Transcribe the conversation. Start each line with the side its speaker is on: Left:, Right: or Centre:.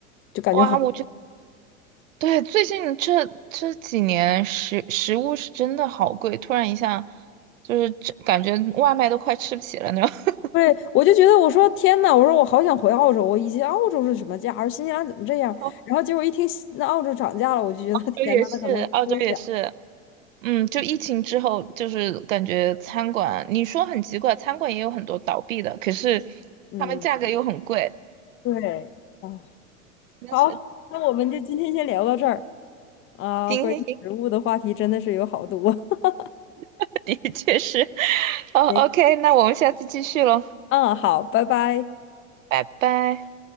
Left: 就感觉好。
Right: 哇！我觉得对最近这这几年食食物是真的好贵，突然一下就是这感觉外卖都快吃不起了那种。<laughs>
Left: 对，我就觉得我说天呐，我说我好想回澳洲，我以前澳洲是什么价而新西兰怎么这样？
Right: 澳
Left: 然后结果一听西那澳洲涨价了，我就觉得 <laughs> 天呐，
Right: 洲也是，
Left: 那可能中想。
Right: 澳洲也是，嗯，就疫情之后，就是感觉餐馆，你说很奇怪，餐馆也有很多倒闭的，可是
Left: 嗯，
Right: 他们价格又很贵，
Left: 对。啊。
Right: 真的是。
Left: 好，那我们就今天先聊到这儿啊，
Right: 行行行，
Left: 关于食物的话题真的是有好多。<laughs>
Right: <laughs> 的确是。哦，OK，
Left: 行
Right: 那我们下次继续喽，
Left: 嗯，好，拜拜。
Right: 拜拜。